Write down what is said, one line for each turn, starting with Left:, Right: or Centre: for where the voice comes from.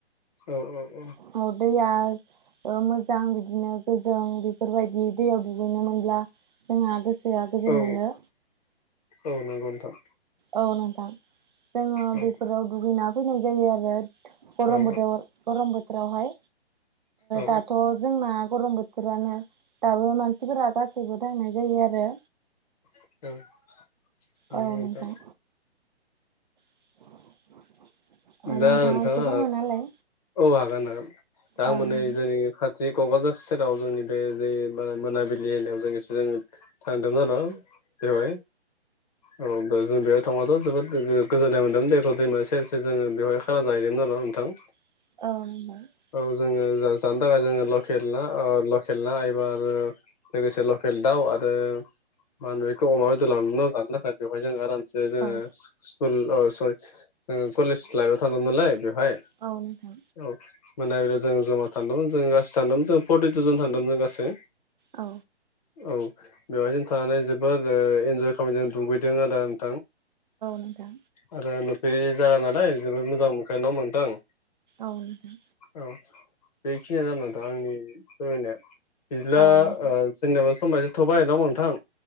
Left: औ औ औ
Right: <unintelligible> मोजां बिदिनो गोजों बेफोरबायदि दैयाव दुगैनो मोनब्ला जोंहा गोसोआ गोजोन
Left: औ
Right: मोनो
Left: औ नंगौ नोंथां
Right: औ नोंथां जोङो
Left: औ
Right: बेफोराव दुगैना फैनाय जायो आरो गरम
Left: औ
Right: बोदोर गरम बोथोरावहाय
Left: औ
Right: दाथ' जोंना गरम बोथोरानो दाबो मानसिफोरा गासैबो थांनाय जायो आरो
Left: <unintelligible>
Right: औ नोंथां <inaudible>
Left: दा नोंथाङा
Right: एसे फोरमायना होलाय
Left: औ हागोन ना दामाने
Right: औ नोंथां
Left: जोंनि खाथि जि क'क्राझार सेराव जोंनि बे जे मोनाबिलि ऐरियाव जों एसे जों थांदों जानो बेहाय औ जों बेयाव थाङाथ' जोबोद गोजोन्नाय मोनदों दैखौ दैमा सेर जोङो बेवहाय खाना जाहैदोंमोन आरो' नोंथां
Right: औ
Left: औ जोङो जानो थाखाय जोङो लकेल ना लकेल ना एबा आरो लोगोसे लकेल दाउ आरो मा बेखौ अमा बेदर <unintelligible> जानो थाखाय बेवहाय जोङो आरामसे जोङो
Right: औ
Left: स्कुल सरि जोङो कलेज लाइफआव थांगौमोन नालाय बेवहाय
Right: औ नोंथां
Left: औ मोना बे जों जमा थांदोंमोन जों गासि थानदोंमोन जों फर्टि थजन थांदोंमोन जों गासै
Right: औ
Left: औ बेवहायजों थानानै जोबोद इन्जय खालामैदों दुगैदों आरो <unintelligible>
Right: नोंथां
Left: आरो नुफेरि जागा नालाय जोबोद मोजां <unintelligible>
Right: औ दे
Left: औ बेखिनियानो जा नोथां आंनि फोरमायनाया बिदिब्ला
Right: औ नों
Left: जोंनाबो समायसो थबाय नङा होमबा नोंथां